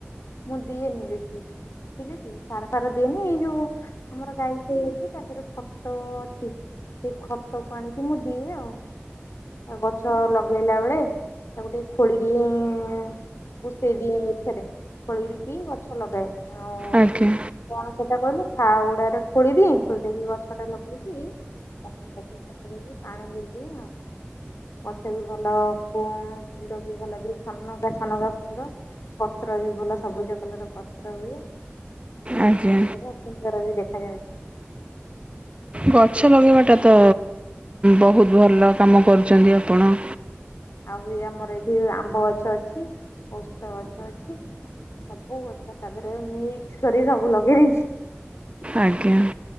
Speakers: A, on the left; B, on the right.
A: ମୁଁ ଦିଏନି ବେଶୀ ଠିକ ଅଛି ସାର ଫାର ଦିଏନି ଏଇ ଯୋଉ ଆମର ଗାଈ ଫାଇ ଅଛି ତା ଦେହରେ ଖତ ଅଛି ସେଇ ଖତ କ ଆଣିକି ମୁଁ ଦିଏ ଆଉ ଗଛ ଲଗେଇଲା ବେଳେ ତାକୁ ଟିକେ ଖୋଳି ଦିଏ କୁଷେଇ ଦିଏ ଏଥେରେ ଖୋଳିକି ଗଛ ଲଗାଏ। ଆଉ
B: ଆଜ୍ଞା
A: କଣ ସେଟା କହିଲେ? ଫାଉଡ଼ରେ ଖୋଳିଦିଏ ଖୋଳି ଦେଇକି ଗଛ ଟା ଲଗେଇକି <unintelligible> ପାଣି ଦେଇଦିଏ ଆଉ ଗଛ ବି ଭଲ ଫୁଲ ବି ଭଲ ଦିଏ ଛନକାା ଛନକାା ଫୁଲ ପତ୍ର ବି ଭଲ ସବୁଜ କଲର ପତ୍ର ହୁଏ।
B: ଆଜ୍ଞା
A: ବହୁତ ସୁନ୍ଦର ବି ଦେ <unintelligible>
B: ଗଛ ଲଗେଇବାଟା ତ ବହୁତ ଭଲ
A: ହଁ।
B: କାମ କରୁଛନ୍ତି ଆଉ ଆପଣ
A: ଆଉ ବି ଆମର ଏଠି ଆମ୍ବ ଗଛ ଅଛି, ଓସ୍ତ ଗଛ ଅଛି ସବୁ ଗଛ ତା ଦେହରେ ମିକ୍ସ କରି ସବୁ ଲଗେଇ ଦେଇେଇଛି।
B: ଆଜ୍ଞା।